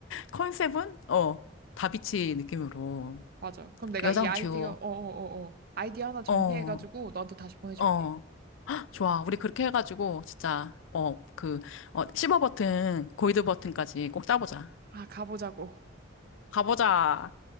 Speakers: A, on the left; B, on the right.
A: 컨셉은, 어, 다비치 느낌으로.
B: 맞아. 그럼 내가
A: 여성
B: 이 아이디어,
A: 듀오.
B: 어어어어. 아이디어 하나 정리해가지고
A: 어,
B: 너한테 다시 보내줄게.
A: 어. 좋아. 우리 그렇게 해가지고, 진짜, 어, 그, 어, 실버 버튼, 골드 버튼까지 꼭 따보자.
B: 아, 가보자고.
A: 가보자.